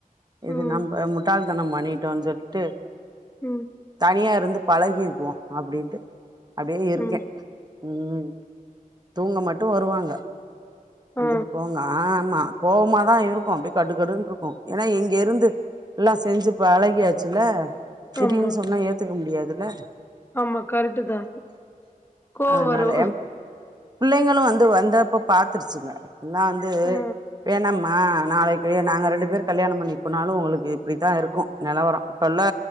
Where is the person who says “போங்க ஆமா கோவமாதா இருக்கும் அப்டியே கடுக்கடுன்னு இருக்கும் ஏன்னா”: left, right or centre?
Right